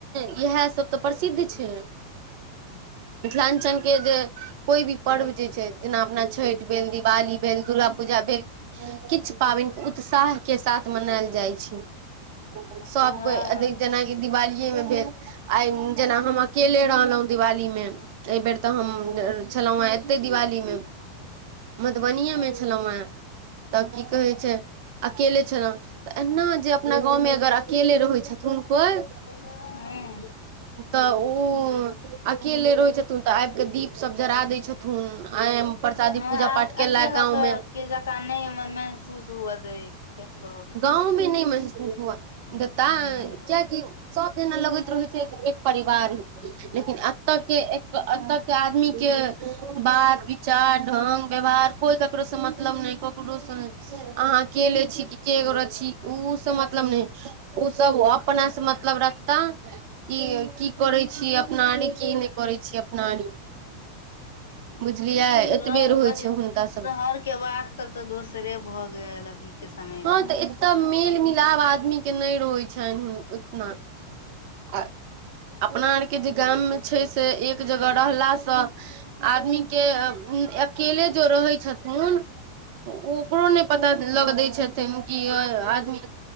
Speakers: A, on the right; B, on the left.
A: इएह सभ तऽ प्रसिद्ध छै, मिथिलांचलके जे कोइ भी पर्व जे छै, जेना अपना छठि भेल दिवाली भेल दुर्गा पूजा भेल। किछु पबाइन उत्साहके साथ मनायल जाइ छै। सब
B: हँ हँ
A: कोइ अ जेनाकि दिवालीए मे भेल आइ जेना हम अकेले रहलहुँ दिवालीमे एहि बेेर तऽ हम छलौं हेँ एते दिवाली मे मधुबनीे
B: अच्छा
A: मे छलौं हेँ तऽ की कहै छै अकेले छलहु तऽ एहिना जे अपना गाँवमे अगर अकेले रहै छुथुन कोई
B: ह
A: तऽ उ अकेले रहै छथुन तऽ आब कऽ दीपसभ जरा दैत छथुन आय प्रसादी
B: हँ
A: पूजा पाठ केलक
B: अकेला
A: गाँंव
B: तऽ
A: मे
B: के जकाँ नहिमे महसूस हुअ दैत जेकाअछि एककरो
A: गाँवमे नहि महसूस हुआ
B: हँ
A: देताय क्या की सब जेना लगैत रहै छै जेना एक परिवार ही लेकिन एतऽ के एतऽ के आदमी के बात विचार ढंग व्यवहार कोई केकरो स मतलब नहि ककरो स अहाँ अकेले छी के छी ऊ सब मतलब नहि ऊ सब अपना स मतलब तऽ ई की करै छीय अपना आरी की नहि करै छी अपना आरी बुझलियै
B: हग <unintelligible>
A: एतबेर होइ छै हुनका सभके
B: शहर के वात त तऽ दोसरे भऽ गेल अभी के समय मे
A: हँ
B: हूँ
A: तऽ एत मेल मिलाब आदमी के नहि रहै छनि हू उतना आ अपना आरके जे गाममे छै से एक जगह रहलासँ आदमी के अकेले जो रहै छथून उकरो नहि पता लग दै छथिन कि आदमी